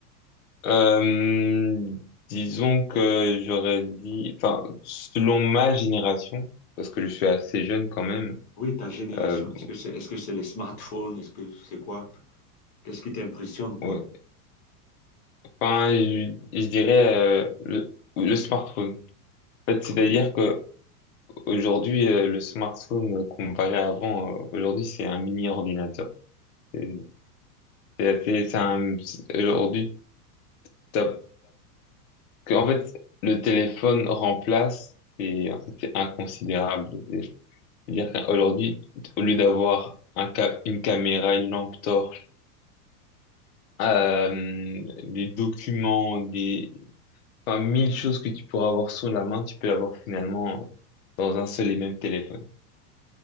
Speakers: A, on the left (about 60°); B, on the left (about 40°).
A: Euh, disons que j'aurais dit, enfin, selon ma génération, parce que je suis assez jeune quand même,
B: Oui, ta génération,
A: euh,
B: est-ce que c'est est-ce que c'est les smartphones, est-ce que c'est quoi? Qu'est-ce qui t'impressionne, quoi?
A: ouais. Enfin, je, je dirais euh, le, le smartphone. En fait, c'est-à-dire
B: Ok. Ouais.
A: que aujourd'hui, euh, le smartphone euh, comparé à avant, euh, aujourd'hui, c'est un mini ordinateur. C'est c'est assez, c'est un, c'est- aujourd'hui, t'as, que, en fait, le téléphone remplace, c'est, en fait, c'est inconsidérable. C'est-à-dire qu'aujourd'hui, au lieu d'avoir un ca- une caméra, une lampe torche, euh, des documents, des, enfin, mille choses que tu pourras avoir sous la main, tu peux l'avoir finalement dans un seul et même téléphone.